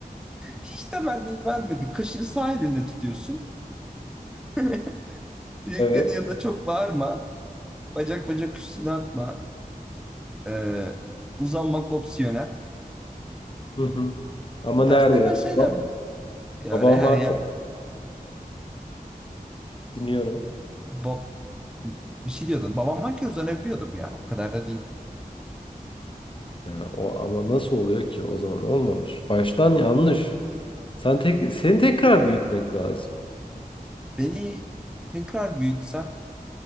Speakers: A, in the centre; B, on the left.
A: Hiç de temenni vermedi. Kaşığı sağ elinle tutuyorsun. <laughs> Büyüklerin
B: evet.
A: yanında çok bağırma. Bacak bacak üstüne atma. Ee, uzanmak opsiyonel.
B: Hı hı. Ama
A: Bu tarz
B: nerede
A: hemen
B: ya?
A: şeyler.
B: Babam,
A: Ya
B: babam
A: öyle her
B: var
A: yer
B: dinliyorum.
A: Bab, bir şey diyordum. Babam varken uzanabiliyordum ya. O kadar da değil.
B: Ya o ama nasıl oluyor ki o zaman olmamış. Baştan yanlış. Sen tek seni tekrar büyütmek lazım
A: Beni tekrar büyütsen